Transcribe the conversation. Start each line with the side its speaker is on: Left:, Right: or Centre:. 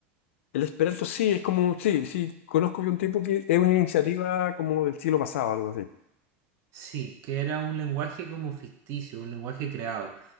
Left: el Esperanto sí, es como, sí, sí, conozco de un tipo que es una iniciativa como del siglo pasado, algo así.
Right: Sí, que era un lenguaje como ficticio, un lenguaje creado.